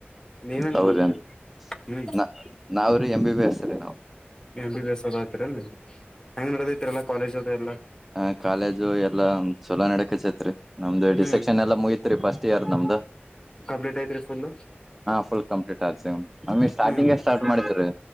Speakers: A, on the left; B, in the centre.
A: ನೀವೇನ್
B: ಹೌದೇನ್ರಿ
A: ಮಾಡ್ತರಿ ಹ್ಮ
B: ನ ನಾವ್ರೀ ಎಂ ಬಿ ಬಿ ಎಸ್ ರೀ ನಾವು
A: ಎ ಬಿ ಬಿ ಎಸ್ ಓದ ಆತೀರ ಹೆಂಗ್ ನಡದತಿರಲ್ಲ ಕಾಲೇಜ್ ಅದು ಎಲ್ಲಾ
B: ಹ ಕಾಲೇಜು ಎಲ್ಲಾ ಚಲೋ ನಡಕಸೈತ್ರಿ ನಮ್ದು
A: ಹ್ಮ್
B: ಡಿಸೆಕ್ಷನ್ ಎಲ್ಲಾ ಮುಗತ್ ತ್ರಿ ಫಸ್ಟ್ ಇಯರ್ ನಮ್ದ್
A: ಕಂಪ್ಲೀಟ್ ಐತ್ರಿ ಫುಲ್
B: ಫುಲ್ ಕಂಪ್ಲೀಟ್ ಆಸ ಆಮ ಸ್ಟಾರ್ಟಿಂಗ್ಗೆ
A: ಹ್ಮ್
B: ಸ್ಟಾರ್ಟ್ ಮಾಡಿದರಿ